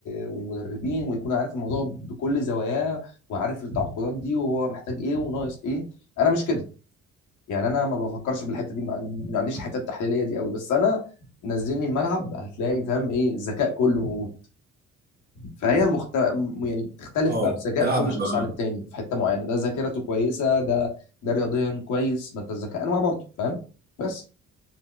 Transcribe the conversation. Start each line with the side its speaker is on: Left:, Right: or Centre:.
Left: والمدربين ويكون عارف الموضوع بكل زواياه وعارف التعاقدات دي وهو محتاج ايه وناقص ايه انا مش كده يعني انا ما بفكرش بالحته دي ما عندي- ما عنديش الحته التحليليه دي قوي بس انا نزلني الملعب هتلاقي فاهم ايه الذكاء كله موجود فهي مخت... م- يعني بتختلف
Right: اه
Left: بقى بذكاء
Right: تلعب
Left: كل شخص
Right: آه،
Left: عن التاني في حته معينه ده ذاكرته كويسه ده ده رياضيا كويس ما انت الذكاء انواع برضه فاهم بس